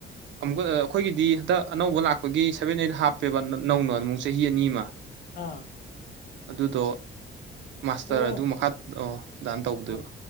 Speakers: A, on the right (about 70°); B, on the left (about 45°).
A: ꯑꯃꯨꯛꯀ ꯑꯩꯈꯣꯏꯒꯤꯗꯤ ꯍꯟꯗꯛ ꯑꯅꯧꯕ ꯂꯥꯛꯄꯒꯤ ꯑꯩ ꯁꯚꯦꯟ ꯑꯠ ꯍꯥꯞꯄꯦꯕ ꯅꯧꯅꯣ ꯑꯃꯨꯛ ꯆꯍꯤ ꯑꯅꯤ ꯑꯃ
B: ꯑꯥ
A: ꯑꯗꯨꯗꯣ ꯃꯥꯁꯇꯔ
B: ꯑꯣ
A: ꯑꯗꯨ ꯃꯈꯥ ꯗꯥꯟ ꯇꯧꯗꯣꯏꯕ
B: ꯑꯣ